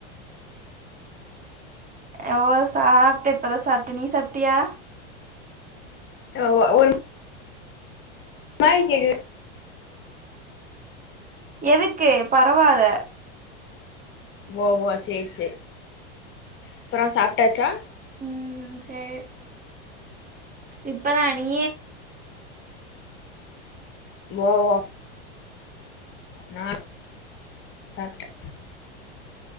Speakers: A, on the right; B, on the left.
A: ஓ சாப்பிட்டேன் இப்பதான் சாப்பிட்டேன் நீ சாப்பிட்டியா
B: ஆ ஒரு மாரி கேக்குது
A: எதுக்கு பரவா ல
B: ஓஓ செரி செரி அப்புறம் சாப்பிட்டாச்சா
A: உம் செரி இப்பதான் நீ
B: ஓஹோ நான் சாப்பிட்டேன்